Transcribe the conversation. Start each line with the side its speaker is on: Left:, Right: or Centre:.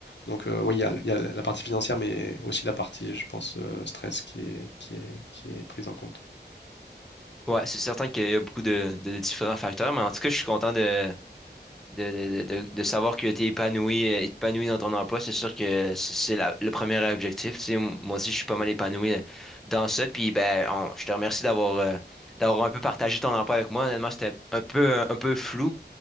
Left: Donc, euh, oui, il y a, il y a la partie financière, mais aussi la partie, je pense, euh, stress qui est, qui est, qui est prise en compte.
Centre: Ouais, c'est certain qu'il y a beaucoup de, de différents facteurs, mais en tout cas, je suis content de, de, de, de, de savoir que tu es épanoui, euh, épanoui dans ton emploi, c'est sûr que c'est c'est la- le premier objectif. Tu sais, m- moi aussi, je suis pas mal épanoui euh, dans ça. Puis ben, on- je te remercie d'avoir euh, d'avoir un peu partagé ton emploi avec moi. Honnêtement, c'était un peu un, peu flou.